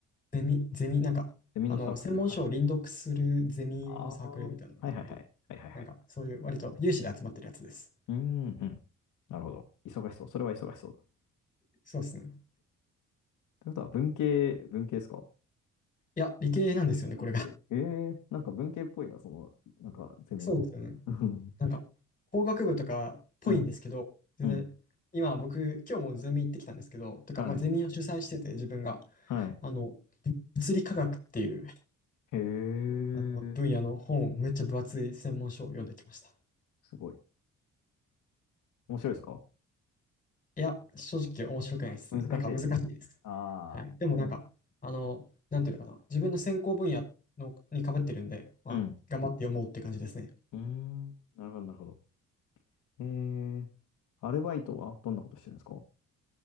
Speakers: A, on the left; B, on the left.
A: ゼミ、ゼミ、なんか、
B: ゼミのサークル。
A: あの、専門書を輪読するゼミのサークルみたいなのがあって、
B: はいはいはい。ああ。はいはいはい。はいはいはい。
A: なんか、そういう、割と有志で集まってるやつです。
B: うーん、うん。なるほど。忙しそう。それは忙しそうだ。
A: そうですね。
B: ということは、文系、文系ですか
A: いや、理系なんですよね、これが。
B: 理系。
A: <laughs>
B: ええなんか文系っぽいな、その、なんかゼミの。
A: そうですよね。
B: うん、
A: なんか、工学部とかっぽいんですけど、
B: うん、
A: 全然、
B: うん
A: 今僕、今日もゼミ行ってきたんですけど、とか、
B: はい、
A: まあ、ゼミを主催してて、自分が、
B: はい。
A: あの、ぶ物理科学っていう
B: へえ、
A: あの分野の本をめっちゃ分厚い専門書を読んできました。
B: すごい。面白いですか
A: いや、正直面白くないですね。
B: 難しい。
A: なんか難しいです。
B: ああ、
A: はい。でもなんか、
B: うん。
A: あの、なんていうのかな。自分の専攻分野のにかぶってるんで、まあ、
B: うん。
A: 頑張って読もうって感じですね。
B: うーんなるほど、なるほど。ええ、アルバイトはどんなことしてるんですか